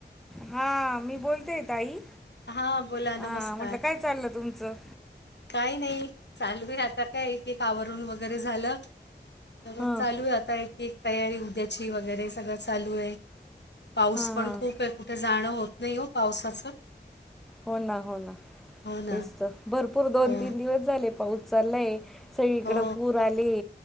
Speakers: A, in the centre; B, on the left.
A: हां, मी बोलतेय ताई.
B: हां बोला नमस्कार
A: हां म्हटलं काय चाललं तुमचं?
B: काही नाही, चालवेल आता काय एक एक आवरून वगैरे झालं. तर
A: हां
B: चालू आहे आता एक एक तयारी उद्याची वगैरे सगळं चालू आहे. पाऊस
A: हां
B: पण
A: हां
B: खूप हय. कुठे जाणं होत नाही हो पावसाचं.
A: हो ना, हो ना
B: हो
A: तेच
B: ना
A: तर भरपूर दोन
B: हो
A: तीन दिवस झाले पाऊस चाललाय. सगळीकडं
B: हो
A: पूर आले.